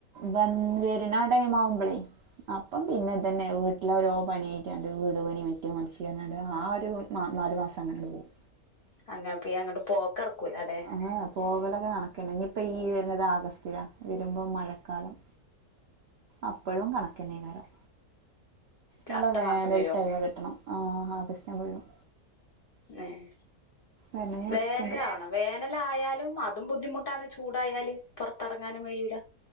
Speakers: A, on the right (about 75°); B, on the left (about 55°).
A: വന് വര്ണാ ടൈ മാവുമ്പളെ. അപ്പം പിന്നെതന്നെ വീട്ട് ലോരോ പണ്യായ്കാണ്ട് വീട് പണി മറ്റേ മർച്ച് ന്നർഞാണ്ട് ആ ഒരു- ആ നാല് മാസം അങ്ങനെണ്ട് പോവും
B: അങ്ങന പി എങ്ങോട്ട് പോക്ക് ടക്കൂല ലെ
A: അങ്ങനെ പോവലൊക്കെ കണക്കന്നെ, ഇഞ്ഞിപ്പൊ ഈ വരുന്നത് ആഗസ്റ്റിലാ. വരുമ്പോ മഴക്കാലം അപ്പോഴും കണക്കന്നെകാരം നല്ല
B: അടുത്ത
A: വേനൽ
B: മാസം വരോ
A: ടൈമിൽ കിട്ടണം. ആ ആഗസ്റ്റ്‌ ആവുമ്പോ വരും
B: ഏഹ്,
A: വരണം വിചാരിച്ചിക്ക്ണ്ട്
B: വേനലാവണം വേനലായാലും അതും ബുദ്ധിമുട്ടാണ് ചൂടായാല്, പൊറത്തിറങ്ങാനും കഴിയൂല